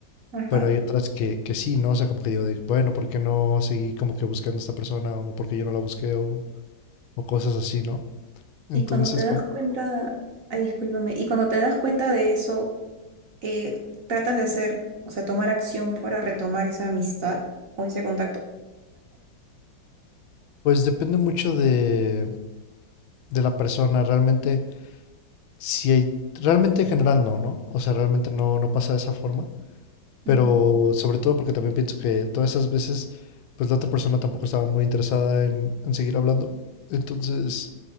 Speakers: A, on the right (about 55°); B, on the left (about 85°).
A: Ajá.
B: pero hay otras que, que sí, ¿no? O sea, como que digo de, bueno, ¿por qué no seguí como que buscando a esta persona o porque yo no la busqué o, o cosas así, ¿no? Entonces,
A: Y cuando te das
B: como-
A: cuenta, ay, discúlpame, y cuando te das cuenta de eso, eh, tratas de hacer, o sea, tomar acción para retomar esa amistad o ese contacto?
B: pues depende mucho de, de la persona, realmente, si hay, realmente en general no, ¿no? O sea, realmente no, no pasa de esa forma pero
A: Ujú,
B: sobre todo porque también pienso que todas esas veces, pues la otra persona tampoco estaba muy interesada en, en seguir hablando, entonces